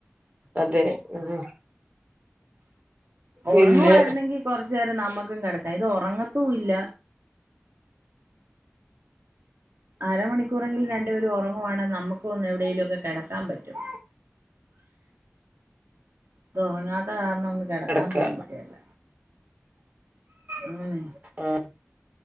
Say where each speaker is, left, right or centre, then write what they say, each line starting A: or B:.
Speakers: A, on the right (about 35°); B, on the right (about 60°).
A: അതെ ഉം പിന്നെ
B: ഉറങ്ങുമായിരുന്നെങ്കിൽ കുറച്ചു നേരം നമുക്കും കിടക്കാം ഇത് ഉറങ്ങത്തൂ ഇല്ല അരമണിക്കൂറെങ്കിലും രണ്ടുപേരും ഉറങ്ങുവാണെങ്കിൽ നമുക്ക ഒന്നന്ന് എവിടെയേലും ഒക്കെ കിടക്കാൻ പറ്റും ഇത് ഒറങ്ങാത്ത കാരണം കിടക്കാൻ
A: കെടക്കാ
B: പോലും പറ്റല്ല അങ്ങനെ
A: ആഹ്